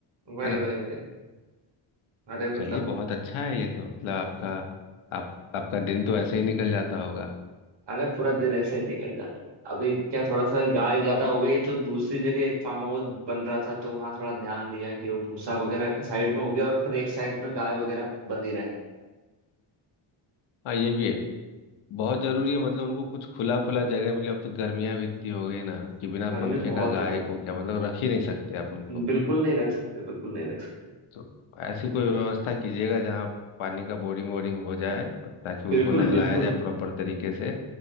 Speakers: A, on the right; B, on the left.
A: वही
B: है ना
A: वही वही अरे मतलब
B: चलिए बहुत अच्छा है ये तो मतलब आपका आप आपका दिन तो ऐसे ही निकल जाता होगा
A: अरे पूरा दिन ऐसे ही निकल जाता अभी क्या थोड़ा सा गाय ज्यादा हो गई है तो दूसरी जगह एक फार्म हाउस बन रहा था तो वहां थोड़ा ध्यान दिया कि वो भूसा वगैरह का साइड में हो गया और फिर एक साइड में गाय वगैरह बंधी रहे
B: हाँ ये भी है बहुत जरूरी है मतलब उनको कुछ खुला खुला जगह मिले अब तो गर्मियां भी इतनी हो गई ना कि बिना
A: गर्मी
B: पंखे
A: बहुत
B: का गाय
A: हो रही
B: को क्या मतलब रख ही नहीं सकते आप उनको
A: है। बिल्कुल नहीं रख सकते बिल्कुल नहीं रख सकते
B: तो ऐसी कोई व्यवस्था कीजिएगा जहाँ पानी का बोरिंग वोरिंग हो जाए और ताकि उनको
A: बिल्कुल
B: नहलाया
A: बिल्कुल
B: जाए प्रॉपर तरीके से